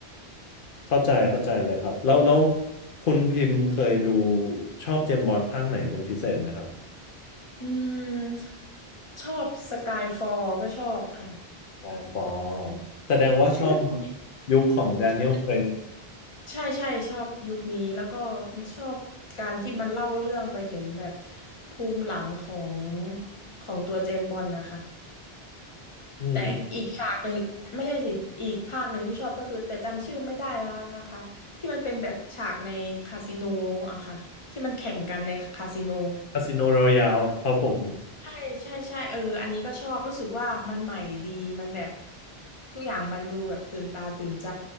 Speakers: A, on the left; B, on the left.
A: เข้าใจเข้าใจเลยครับแล้วแล้วคุณพิมพ์เคยดูชอบเจมส์บอนด์ภาคไหนเป็นพิเศษไหมครับ
B: อืมชอบสกายฟอลก็ชอบค่ะ
A: ไดฟอลแสดงว่าชอบ
B: ที่มันที่
A: ยุคของแดเนียล
B: มันจะ
A: r a i รก
B: ใช่ใช่ชอบยุคนี้แล้วก็ชอบการที่มันเล่าเรื่องไปถึงแบบภูมิหลังของของตัวเจมส์บอนด์นะคะ
A: อืม
B: แต่อีกฉากหนึ่งไม่ใช่สิอีกภาคหนึ่งที่ชอบก็คือแต่จำชื่อไม่ได้แล้วนะคะที่มันเป็นแบบฉากในคาสิโนอะค่ะที่มันแข่งกันในคาสิโน
A: คาสิโนรอยัลครับผม
B: ใช่ใช่ใช่เอออันนี้ก็ชอบรู้สึกว่ามันใหม่ดีมันแบบทุกอย่างมันดูแบบตื่นตาตื่นใจ